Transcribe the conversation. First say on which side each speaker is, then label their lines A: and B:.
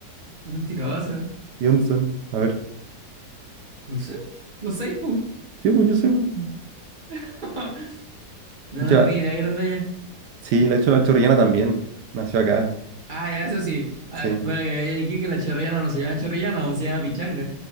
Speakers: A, on the right; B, on the right.
A: Soy mentiroso.
B: ¿Y dónde son? A ver.
A: No sé, vos sabés, po.
B: Sí, pues yo sé. pues.
A: <laughs> No, no
B: Ya,
A: tenía idea que eran de allá.
B: Sí, de hecho la chorrillana también. Nació acá,
A: Ah, ya, eso sí. Ah,
B: sí.
A: bueno, que allá en Iquique la chorrillana no se llama chorrillana, o se llama pichanga.